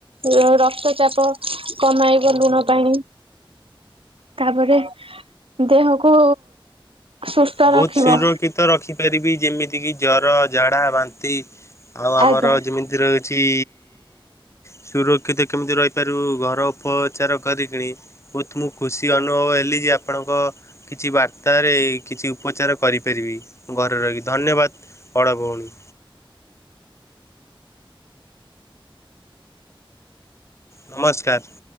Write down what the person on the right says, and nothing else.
ର ରକ୍ତ ଚାପ କମାଇବ ଲୁଣ ପାଣି ତାପରେ ଦେହକୁ ସୁସ୍ଥ
ରଖିବ
ଆଜ୍ଞା।